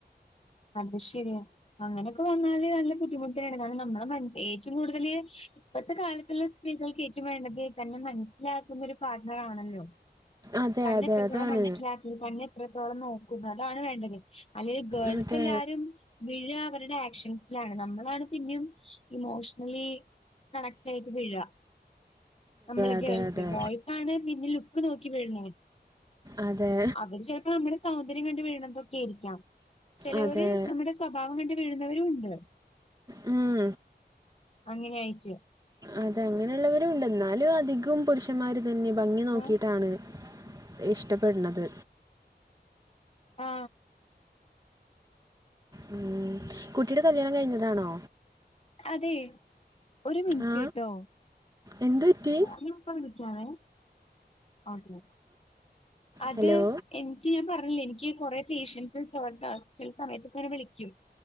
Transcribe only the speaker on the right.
അതെ
അതെ
അതാണ്
അതെ
അതെ
അതെ
അതെ അതെ
അതെ
ഉം
അതെ അങ്ങനെയുള്ളവരുണ്ട് എന്നാലും അധികവും പുരുഷന്മാർ അതന്നെ ഭംഗി നോക്കിയിട്ടാണ്
ഇഷ്ടപ്പെടുന്നത്
ഉം കുട്ടിയുടെ കല്യാണം കഴിഞ്ഞതാണോ
ആ
എന്ത് പറ്റി
ഹലോ